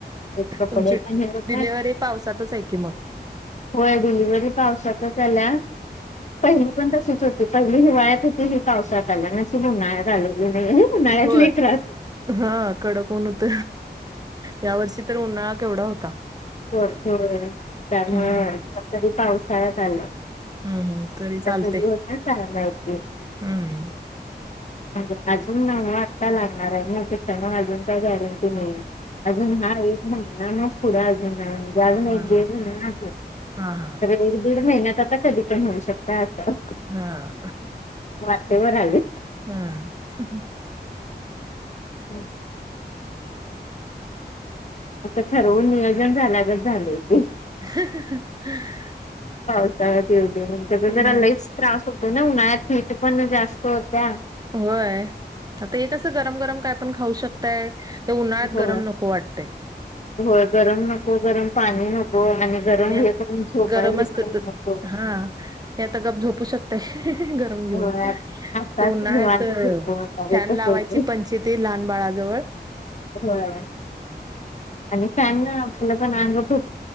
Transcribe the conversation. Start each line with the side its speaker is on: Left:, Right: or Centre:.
Left: एक्र कपडे
Right: तुमची
Left: प हर
Right: डिलेव्हरी
Left: काच
Right: पावसातच आहे की मग
Left: होय डिलिव्हरी पावसातच आली पहिली पण तशीच होती पहिली हिवाळ्यात होती ही पावसात बरं झालं उन्हाळ्यात नाही आली उन्हाळ्यात
Right: होय
Left: लई त्रास
Right: हा कडकन होत, या वर्षी तर उन्हाळा केवढा होता.
Left: होर त्यामुळेण
Right: हम्म
Left: तरी पावसाळ्यात आलं.
Right: हम्म हम्म तरी
Left: <unintelligible>
Right: चालते हम्म
Left: म्हणजे अजून न आत्ता लागणार आहे न त्यामुळे अजून का गॅरंटी नाही अजून हा एक महिनानाच पुढ ह जागून
Right: हा
Left: एक
Right: हा
Left: दीड महिन्या
Right: हा
Left: तर एक दीड महिन्यात आता कधी पण होऊ शकत अस
Right: हा,
Left: म बर झाले,
Right: हा, <unintelligible>
Left: <unintelligible> आता ठरवून नियोजन झाल्यागत झालंय ते!
Right: <inaudible>
Left: पावसाळ्यात येऊदे, त्याचा
Right: हम्म
Left: जरा लईच त्रास होतो ना उन्हाळ्यात फिट पण जास्त होतीयां.
Right: होय आता हे कसं गरम गरम काय पण खाऊ शकताय. ते उन्हाळ्यात
Left: होय
Right: गरम नको वाटतंय
Left: होय गरम नको गरम पाणी नको गरम
Right: आणि
Left: हे करून झोपाय
Right: गरम
Left: बिपाय
Right: असत,
Left: नको.
Right: हा हे आता गप झोपू शकताय. गरम घेऊन
Left: होय आताच
Right: उन्हाळ्यात
Left: निवांत झोपून उठावे
Right: फॅन
Left: तसं
Right: लावायची
Left: होतंय.
Right: पंचत लहान बाळा जवळ!
Left: होय आणि फॅन न आपला पण अंग खूप